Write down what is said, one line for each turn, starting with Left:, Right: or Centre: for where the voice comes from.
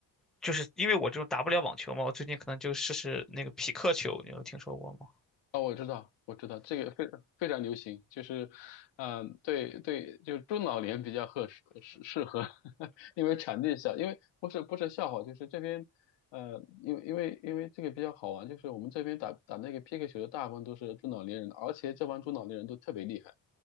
Centre: 就是因为我这种打不了网球嘛，我最近可能就试试那个匹克球，你有听说过吗？
Left: 哦，我知道，我知道，这个非非常流行，就是，嗯、对对，就是中老年比较合适适适合，<laughs> 因为场地小，因为不是不是笑话，就是这边，呃，因为因为因为这个比较好玩，就是我们这边打打那个皮克球的大部分都是中老年人，而且这帮中老年人都特别厉害，